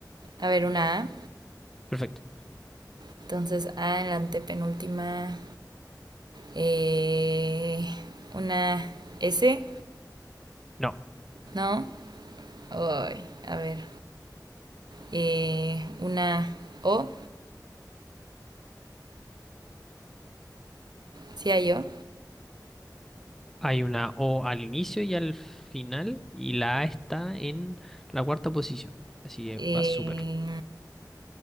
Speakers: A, on the right (about 70°); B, in the centre.
A: A ver, una A.
B: Perfecto.
A: Entonces, A en la antepenúltima. Eh, una S,
B: No.
A: ¿no? Ay, a ver. Eh, una O, ¿sí hay O?
B: Hay una O al inicio y al final, y la A está en la cuarta posición. Así que
A: Eh,
B: va súper,